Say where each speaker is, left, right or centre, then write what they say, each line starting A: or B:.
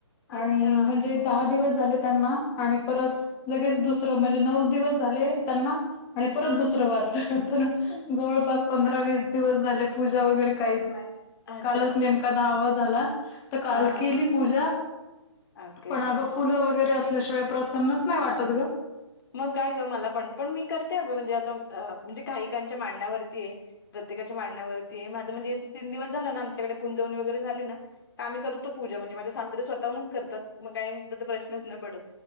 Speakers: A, on the left (about 50°); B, on the left (about 15°).
A: अच्छा
B: आणि म्हणजे दहा दिवस झाले त्यांना. आणि परत लगेच दुसरं म्हणजे नऊच दिवस झाले त्यांना आणि परत
A: हा
B: दुसरं वारलं. तर जवळपास पंधरा वीस दिवस झाले पूजा वगैरे काहीच नाहीये.
A: अच्छा
B: कालच
A: अच्छा
B: नेमका दहावा झाला, तर काल
A: हा हा
B: केली
A: हा
B: पूजा
A: ओके
B: पण अग फुलं वगैरे असल्याशिवाय प्रसन्नच नाही वाटत ग.
A: मग काय ग मला पण, पण मी करते अगं म्हणजे आता म्हणजे काहीकांच्या मांनण्यावरती ये. प्रत्येकाच्या मांनण्यावरती ये माझं म्हणजे अस तीन दिवस झालं ना आमच्याकडे पुुंजवणी वगैरे झाली ना आमी करतो पूजा म्हणजे माझे सासरे स्वतःहूनच करतात, मग काही तर प्रश्नच नहीं पडत.